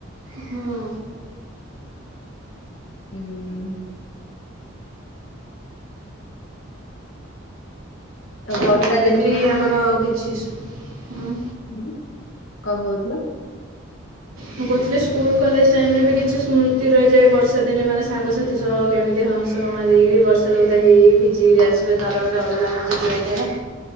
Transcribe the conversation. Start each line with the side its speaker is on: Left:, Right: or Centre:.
Right: ହଁ।
Left: ଉଁ ତ ବର୍ଷା
Right: ତାପରେ ଏବେ
Left: ଦିନେ
Right: ବି ଆମର କିଛି ସୂ ଉଁ।
Left: ଉଁ କଁ କୋଉଥିଲ?
Right: ମୁଁ କୋଉଥିଲି ସ୍କୁଲ୍ କଲେଜ ଟାଇମ୍ ରେ ବି କିଛି ସ୍ମୃତି ରହିଯାଏ, ବର୍ଷା ଦିନେ ମାନେ ସାଙ୍ଗସାଥି ସହ କେମିତି ହସ୍ ତ ମା ଦେଇକିରି ବର୍ଷାରେ ଓଦା ହେଇ ହେଇ ଭିଜିକିରି ଆସିବା ତାର ଗୋଟେ ଅଲଗା ମଜା ବି ରହିିଥାଏ ନା।